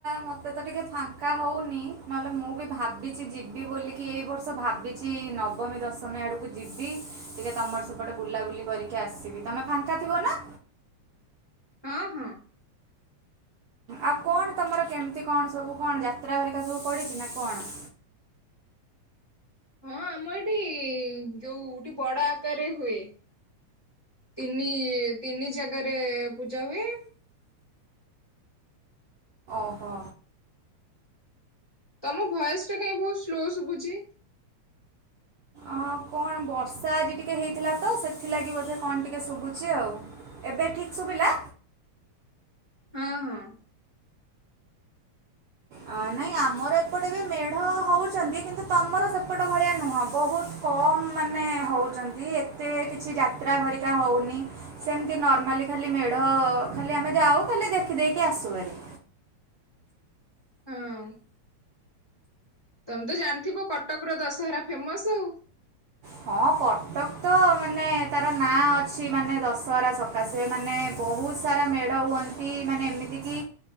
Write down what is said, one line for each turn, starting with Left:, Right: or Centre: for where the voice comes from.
Right: ମତେ ତ ଟିକେ ଫାଙ୍କା ହଉନି ନହେଲେ ମୁଁ ବି ଭାବିଛି ଯିବି ବୋଲିକି ଏଇ ବର୍ଷ ଭାବିଛି ନବମୀ ଦଶମୀ ଆଡକୁ ଯିବି। ଟିକେ ତମର ସେପଟେ ବୁଲାବୁଲି କରିକି ଆସିବି। ତମେ ଫାଙ୍କା ଥିବ ନା?
Left: ହଁ ହଁ।
Right: ଆଉ କଣ ତମର କେମିତି କଣ ସବୁ କଣ ଯାତ୍ରା ହରିକା ସବୁ ପଡିଚି ନା କଣ?
Left: ହଁ ଆମର ଏଠି ଯୋଉଠି ବଡ ଆକାରରେ ହୁଏ ତିନି ତିନି ଜାଗାରେ ପୂଜା ହୁଏ।
Right: ଓହୋ।
Left: ତମ ଭଏସ ଟା କାହିଁକି ବହୁତ ସ୍ଲୋ ଶୁଭୁଛି।
Right: ଅ, କଣ ବର୍ଷା ଆଜି ଟିକେ ହେଇଥିଲା ତ ସେଥିଲାଗି ବୋଧେ କଣ ଟିକେ ଶୁଭୁଚି ଆଉ! ଏବେ ଠିକ ଶୁଭିଲା?
Left: ହଁ ହଁ।।
Right: ଅ ନାଇଁ ଆମର ଏପଟେ ବି ମେଢ ହଉଛନ୍ତି। କିନ୍ତୁ ତମର ସେପଟ ଭଳିଆ ନୁହଁ ବହୁତ କମ ମାନେ ହଉଛନ୍ତି ଏତେ କିଛି ଯାତ୍ରା ଭରିକା ହଉନି ସେମିତି ନର୍ମାଲି ଖାଲି ମେଢ ଖାଲି ଆମେ ଯାଉ ଖାଲି ଦେଖିଦେଇକି ଆସୁହରି।
Left: ହଁ। ତମେ ତ ଜାଣିଥିବ କଟକ ର ଦଶହରା ଫେମସ ଆଉ।
Right: ହଁ କଟକ ତ ମାନେ ତାର ନାଁ ଅଛି ମାନେ ଦଶହରା ସକାଶେ ମାନେ ବହୁତ ସାରା ମେଢ ହୁଅନ୍ତି। ମାନେ ଏମିତି କି